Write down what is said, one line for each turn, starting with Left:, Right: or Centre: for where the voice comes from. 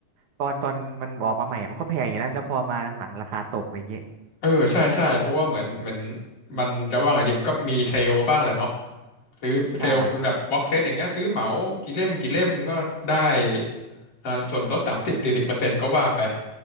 Right: ตอนตอนมันออกมาใหม่มันก็แพงอย่างนั้นแล้วพอมาหลังๆราคาตกอย่างเงี้ย
Left: เออใช่ใช่เพราะว่าเหมือนเหมือนมันจะว่าไงดีมันก็มีเซลล์มาบ้างแหละเนาะซื้อเซลล์เป็นแบบบ็อกเซตอย่างเงี้ยซื้อเหมากี่เล่มกี่เล่มก็ได้
Right: ใช่
Left: อ่าส่วนลดสามสิบสี่สิบเปอร์เซ็นต์ก็ว่าไป